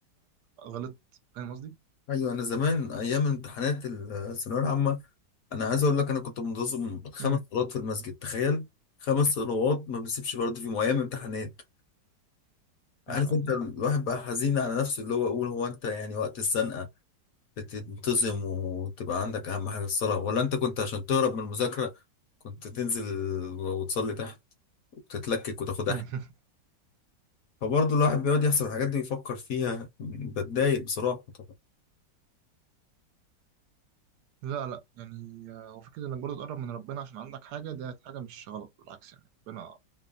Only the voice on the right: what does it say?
غلطت فاهم قصدي؟
مم.
ما شاء
الله
<laughs>
لا لا يعني آه، هو فكرة انك برضه تقرب من ربنا عشان عندك حاجة ده حاجة مش غلط بالعكس يعني ربنا